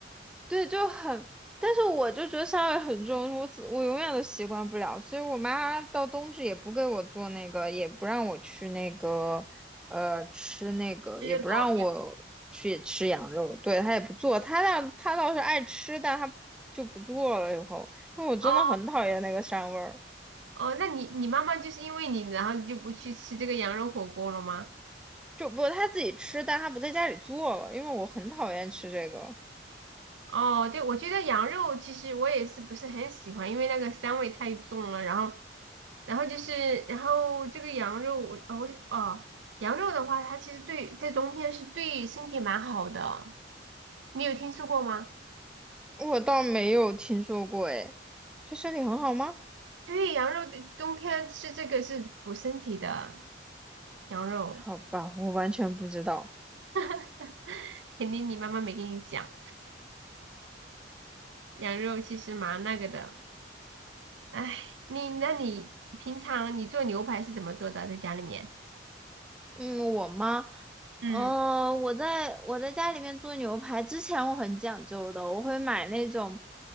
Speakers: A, in the centre; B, on the right.
A: 对，就很，但是我就觉得香味很重，我我永远都习惯不了，所以我妈到冬至也不给我做那个，也不让我去那个，呃，吃那个，
B: 吃这个玩意儿。
A: 也不让我去吃羊肉，对，她也不做，她倒她倒是爱吃，但她就不做了以后，因为我真的很讨厌那个膻味儿。
B: 哦哦，那你你妈妈就是因为你，然后就不去吃这个羊肉火锅了吗？
A: 就不他自己吃，但他不在家里做了，因为我很讨厌吃这个，
B: 哦，对，我觉得羊肉其实我也是不是很喜欢，因为那个膻味太重了。然后，然后就是，然后这个羊肉，我呃我哦，羊肉的话，它其实对在冬天是对身体蛮好的。你有听说过吗？
A: 我倒没有听说过哎，对身体很好吗？
B: 对，羊肉对冬天吃这个是补身体的，羊肉
A: 好吧，我完全不知道。
B: <laughs> 肯定你妈妈没跟你讲，羊肉其实蛮那个的。哎，你那你平常你做牛排是怎么做的？在家里面？
A: 嗯，我吗？
B: 嗯。
A: 呃，我在我在家里面做牛排之前，我很讲究的，我会买那种